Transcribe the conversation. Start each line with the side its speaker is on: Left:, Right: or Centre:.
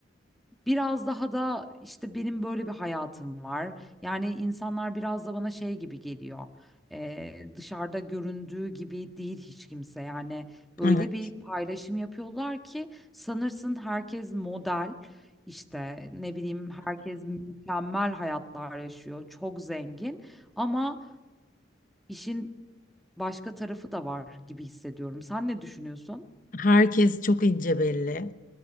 Centre: Biraz daha da işte benim böyle bir hayatım var. Yani insanlar biraz da bana şey gibi geliyor. Ee, dışarıda göründüğü gibi değil hiç kimse. Yani öyle
Left: Evet.
Centre: bir paylaşım yapıyorlar ki sanırsın herkes model. İşte ne bileyim herkes mükemmel hayatlar yaşıyor. Çok zengin ama işin başka tarafı da var gibi hissediyorum. Sen ne düşünüyorsun?
Left: Herkes çok ince belli.